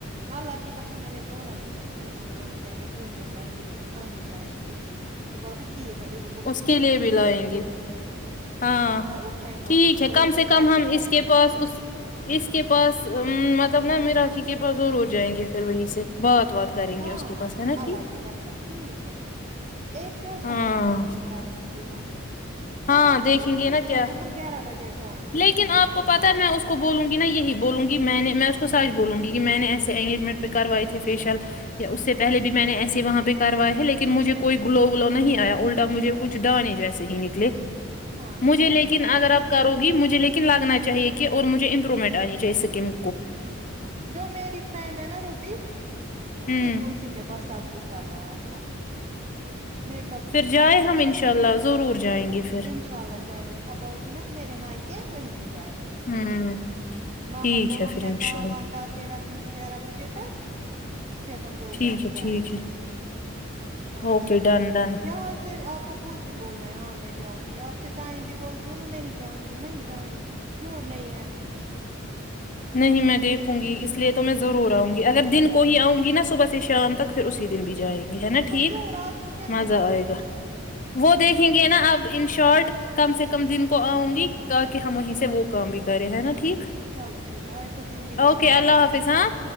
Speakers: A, on the right; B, on the left.
A: اللہ کی قسم میں نے بولا دیدی کو پھر ہم دونوں بہنے گھومنے جائیں گے کچھ کھانے جائیں گے اس نے بولاا ٹھیک ہے یہ جو
B: اس کے لیے بھی لائیں گے ہاں
A: وہ پھینکو
B: ٹھیک
A: اس کو
B: ہے کم
A: پھر
B: سے کم
A: گھر
B: ہم
A: میں کریں
B: اس کے
A: گے
B: پاس
A: وہ
B: اس اس کے پاس مطلب نا میرااکھی کے پاس ضرور جائیں گے پھر وہی سے بات وات کریں
A: ہاں
B: گے اس کے پاس ہے نا
A: اللہ
B: ٹھیک
A: کے قسم ٹھیک ہے ایک فیشل
B: ہاں
A: دی آپ وہاں سے جار سکتی ہو
B: ہاں
A: ٹائم
B: دیکھیں
A: کا مت
B: گے نا
A: کچھ
B: کیا
A: ٹینشن ہم گیارہ بجے جائیں
B: لیکن
A: گے سنو
B: آپ
A: میری
B: کو پتہ
A: بات
B: ہے میں اس کو بولوں گی نا یہی بولوںی میں نے میں اس کو سچ بولوں گ کہ میں نے ایسے انگیجمنٹ پہ کروائے تھے فیشیل یا اس سے پہلے بھی میں نے ایسے وہاں پہ کروائے ہے لیکن مجھے کوئی گلو ولو نہیں آیا اٹا مجھے کچھ دانے جیسے ہی نکلے
A: ہاں
B: مجھے
A: جائیں
B: لیکن
A: گے ہم
B: اگر
A: انشاء
B: آپ کرو گی مجھے لیکن لگنا چاہیے کہ اور مجھے امپرومنٹ آنی چاہیے سکن
A: ہ جو میری فرینڈ ہے نا روبی اس
B: ہوں
A: نے بھی اسی کے پاس آپ کچھ کروایا تھا میک اپ
B: پھر
A: بھی
B: جائیں
A: سب کچھ
B: ہم انشاء اللہ ضرور جائیں گے پھر
A: ان شاء اللہ جائیں گے اب پؤ گی نا میرے مائکے وہیں سے جائیں گے
B: ہم
A: ماما
B: ٹھیک
A: کو
B: ہے
A: ہم
B: پھر
A: میں
B: انشاء
A: کام
B: اللہ
A: وام کر کے رکھوں گی گیارہ بجے تک پھر ہم دو
B: ٹھیک
A: بہنے
B: ہے
A: جائیں
B: ٹھیک ہے
A: گے ہاں
B: اوکے ڈن ڈن
A: یا آ پھر آپ کو خود بھی بولنا ہے ہاں میں جاؤں گی آپ سےھر ٹائم بھیہ بولتی ہوں نا نہیں جاؤں گی نہیں جاؤں گی موڑ نہیں ہے
B: نہیں میں دیکھوں گی اس لیے تو میں ضرور آؤں گی اگر دن کو ہی آؤں گی نا صبح سے شام تک پھر اسی دن بھی جائیں گے ہے نا ٹھیک
A: ہاں کیوں رات کو کیا
B: مزہ
A: ہے وہاں
B: آئے گا
A: پہ
B: وہ دیکھیں گے نا اب ان شارٹ کم سے کم دن کو آؤں گی تاکہ ہم وہیں سے وہ کام بھی کریں ہے نا ٹھیک
A: چلو ٹھیک ہے اج تو دن بھی
B: اوکے
A: بہت
B: اللہ
A: بڑا
B: حافظ
A: ہے
B: ہاں